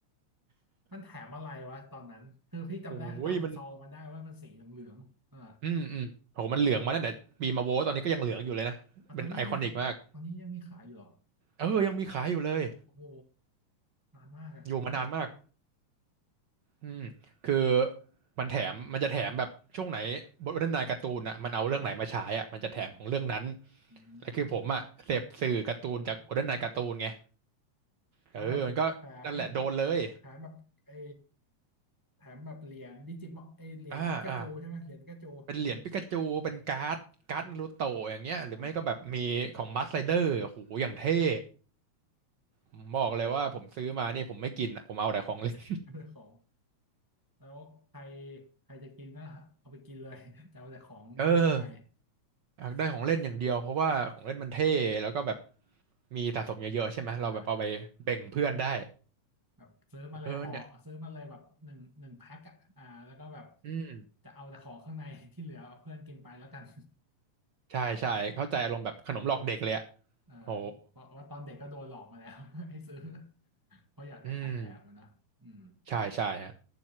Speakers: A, on the right; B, on the right.
A: มันแถมอะไรวะตอนนั้นคือพี่จำได้จำซองมันได้ว่ามันสีเหลืองๆเออ
B: โอ้ยมันอืมอืมโหมันเหลืองมาตั้งแต่ปีมาโวตอนนี้ก็ยังเหลืองอยู่เลยนะเป็นไอคอนิกมาก
A: อ่ะตอนนี้ยังมีตอนนี้ยังมีขายอยู่เหรอ
B: เออยังมีขายอยู่เลย
A: โอ้โหนานมากเลย
B: อยู่มานานมากอืมคือมันแถมมันจะแถมแบบช่วงไหนบทวรรณายการ์ตูนอ่ะมันเอาเรื่องไหนมาฉายอ่ะมันจะแถมของเรื่องนั้น
A: อืมอืมอืม
B: แล้วคือผมอ่ะเสพสื่อการ์ตูนจากบทวรรณายการ์ตูนไง
A: เอาแบบแถม
B: เออมันก็นั่นแหละโดนเลย
A: แถมแบบเออแถมแบบเหรียญดิจิมอลเออเหรียญปิกาจูใช่ไหมเหรียญปิกาจู
B: อ่าอ่า เป็นเหรียญปิกาจูเป็นการ์ดการ์ดนารูโตะอย่างเงี้ยหรือไม่ก็แบบมีของบัสไรเดอร์โหอย่างเท่
A: อ่า
B: ผมบอกเลยว่าผมซื้อมานี่ผมไม่กินอ่ะผมเอาแต่ของเล่น
A: เรื่อง <laughs> ของแล้วใครใครจะกินก็เอาไปกินเลย <laughs> จะเอาแต่ของเล่นข้างใน
B: เอออยากได้ของเล่นอย่างเดียวเพราะว่าของเล่นมันเท่แล้วก็แบบมีสะสมเยอะๆใช่ไหมเราแบบเอาไปแบ่งเพื่อนได้
A: อ่าแบบซื้อมาเลยห่อซื้อมาเลยแบบหนึ่งหนึ่งแพ็คอะอ่าแล้วก็แบบ
B: เออเนี่ยอืม
A: จะเอาแต่ของข้างใน <laughs> ที่เหลือเอาเพื่อนกินไปแล้วกัน
B: ใช่ใช่เข้าใจอารมณ์แบบขนมหลอกเด็กเลยอ่ะ
A: เออ
B: โห
A: เพราะว่าตอนเด็กก็โดนหลอกมาแล้ว <laughs> ให้ซื้อเพราะอยากได้ของแถมอะนะอืม
B: อืมใช่ใช่ฮะ